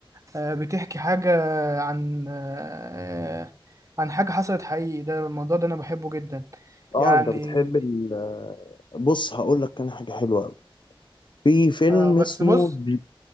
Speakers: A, on the right; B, on the left.
A: آه، بتحكي حاجه عن آه، عن حاجه حصلت حقيقي ده الموضوع ده انا بحبه جدا
B: اه
A: يعني
B: انت بتحب ال... بص هقول لك انا حاجه حلوه قوي في فيلم
A: آه بس
B: اسمه
A: بص
B: بي...